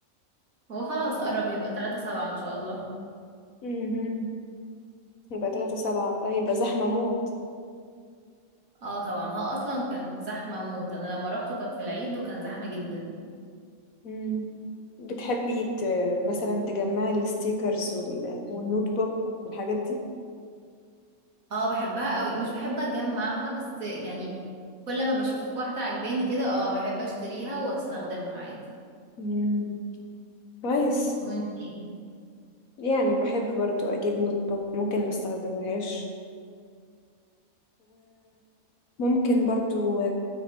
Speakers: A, on the right; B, on the left.
A: هو خلاص قرب هيبقى 3 سبعة ان شاء الله
B: امم يبقى 3 7 اه يبقى زحمه موت
A: اه طبعا هو اصلا كان زحمة موت انا لما روحته كان في العيد وكان زحمة جدا
B: امم بتحبي ت... مثلا تجمعي الستيكرز وال... والنوت بوك والحاجات دي
A: اه بحبها قوي مش بحب اتجمعها بس يعني كل ما بشوف واحدة عجباني كده اه بحب اشتريها واستخدمها عادي
B: امم كويس
A: وانتي
B: يعني بحب برضو اجيب نوت بوك ممكن ما استخدمهاش وممكن برضو